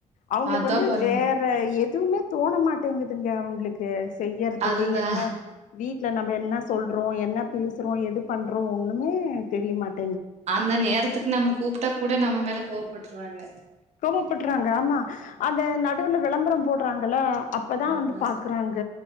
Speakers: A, on the left; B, on the right.
A: அவுங்களுக்கு
B: அதுதா
A: வந்து
B: பாருங்க
A: வேற எ எதுவுமே தோண மாட்டேங்குதுங்க அவுங்களுக் கு செய்யறதுக்கு
B: அதுதா
A: என்ன வீட் ல நம்ம என்ன சொல்றோம் என்ன பேசுறோம் எது பண்றோம் ஒண்ணுமே தெரியமாட்
B: அந்த நேரத்துக்கு நம்ம கூப்ட்டா கூட நம்ம மே ல கோவப்பட்ருவாங்க
A: கோவப்பட்றுறாங்க ஆமா அது நடுல விளம்பரம் போடுறாங்கல்ல அப்பதான்
B: ஆமாங்க
A: வந்து பாக்குறாங்க